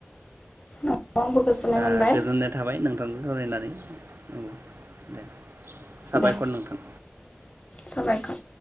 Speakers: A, on the left; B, on the right.
A: औ आंबो गोजोननाय
B: दा
A: मोनबाय
B: गोजोननाय थाबाय नोंथांजो सावरायनानै औ दे साबायखर
A: दे
B: नोंथां।
A: साबायखर